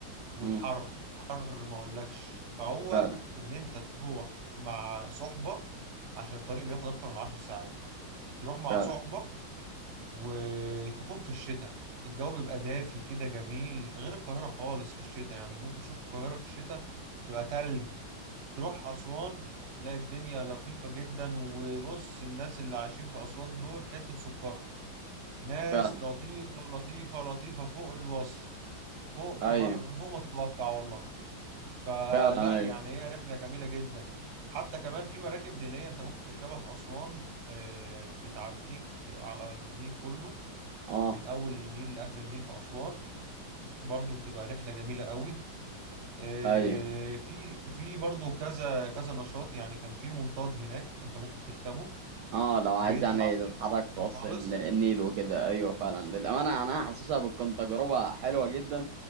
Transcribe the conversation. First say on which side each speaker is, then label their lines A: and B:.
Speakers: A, on the right (about 55°); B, on the right (about 75°).
A: والحر
B: امم
A: حر ما أقولكش فهو
B: فعلا
A: إن أنت تروح مع صحبة عشان الطريق بياخد أكتر من عشر ساعات تروح مع
B: فعلا
A: صحبة وتكون في الشتاء الجو بيبقى دافي كده جميل غير القاهرة خالص في الشتاء يعني ممكن تشوف القاهرة في الشتاء تبقى تلج تروح أسوان لا الدنيا لطيفة جدا وبص الناس اللي عايشين في أسوان دول حتة سكر ناس
B: فعلا
A: لطيفة لطيفة لطيفة فوق الوصف فوق
B: أيوه
A: ما فوق ما تتوقع والله فلا
B: فعلا أيوه
A: يعني هي رحلة جميلة جدا حتى كمان في مراكب نيلية انت ممكن تركبها في أسوان آه، بتعديك في على النيل كله
B: أه
A: من أول النيل لآخر النيل في أسوان برضو بتبقى رحلة جميلة قوي آه،
B: أيوه
A: في في برضو كذا كذا نشاط يعني كان في منطاد هناك انت ممكن تركبه
B: اه لو عايز
A: بيطلع
B: يعني
A: بيك
B: تتحرك في وسط
A: خالص
B: ال- النيل وكده ايوه فعلا للامانه يعني انا حاسسها بتكون تجربه حلوه جدا